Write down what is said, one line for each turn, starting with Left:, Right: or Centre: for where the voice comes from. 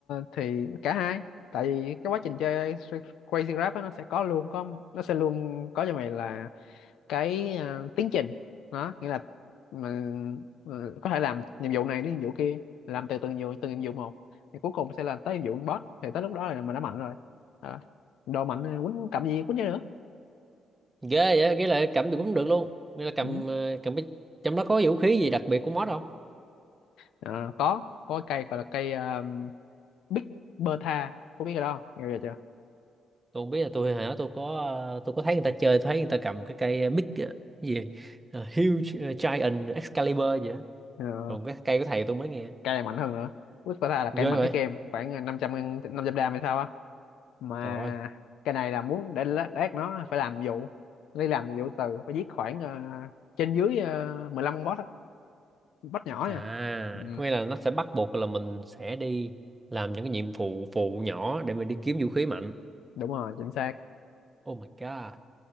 Left: thì cả hai tại vì cái quá trình chơi Stra- Crazy Rap á, nó sẽ có luôn có nó sẽ luôn có cho mày là cái à, tiến trình đó nghĩa là mình ừ, có thể làm nhiệm vụ này đến nhiệm vụ kia làm từ từng nhiệm vụ từng nhiệm vụ một thì cuối cùng sẽ là tới nhiệm vụ boss thì tới lúc đó là mình đã mạnh rồi đó. đồ mạnh thì quýnh cầm gì quýnh cho nữa
Right: Ghê vậy, ghê là cầm gì cũng được luôn. Nghĩa là cầm
Left: ừ.
Right: ờ, cầm cái trong đó có vũ khí gì đặc biệt của boss không?
Left: Ờ, có có cái cây gọi là cây uh, Big Bertha có biết cái đó không nghe bao giờ chưa
Right: Tôi không biết là tôi hả, tôi có ờ, tôi có thấy người ta chơi, thấy người ta cầm cái cây ờ, big ờ, cái gì Ờ, huge ờ, giant Excalibur gì đó.
Left: Ờ,
Right: Còn cái cây của thầy tôi mới nghe.
Left: cay mạnh hơn nữa Whisper tha là
Right: Ghê
Left: cây mạnh
Right: vậy.
Left: nhất game khoảng 500 ngân- 500 gram hay sao á mà
Right: Trời ơi.
Left: cái này là muốn để lát lát nó phải làm vụ đi làm vụ từ phải giết khoảng ờ, trên dưới ờ, 15 boss á, boss nhỏ
Right: À,
Left: nha ừ,
Right: có nghĩa là nó sẽ bắt buộc là mình sẽ đi làm những cái nhiệm vụ phụ nhỏ để mình đi kiếm vũ khí mạnh.
Left: đúng rồi chính xác
Right: Oh my god.